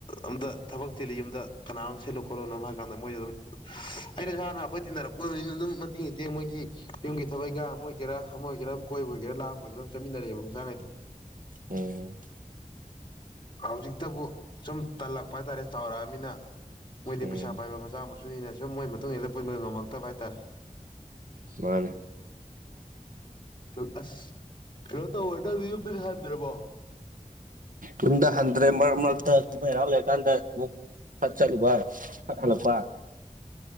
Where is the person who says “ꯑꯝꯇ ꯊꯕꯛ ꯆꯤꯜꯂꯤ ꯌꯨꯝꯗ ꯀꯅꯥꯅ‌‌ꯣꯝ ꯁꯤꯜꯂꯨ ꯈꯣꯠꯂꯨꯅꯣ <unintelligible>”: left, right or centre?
Left